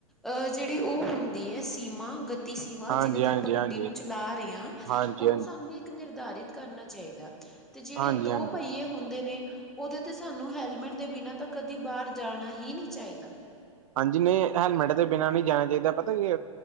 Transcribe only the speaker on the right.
ਹਾਂਜੀ
ਹਾਂਜੀ
ਹਾਂਜੀ
ਹਾਂਜੀ
ਹਾਂਜੀ
ਹਾਂਜੀ
ਹਾਂਜੀ
ਹਾਂਜੀ, ਨਹੀਂ ਹੈਲਮੇਟ ਤੋਂ ਬਿਨਾਂ ਨੀ ਜਾਣਾ ਚਾਹੀਦਾ ਪਤਾ ਕੀ।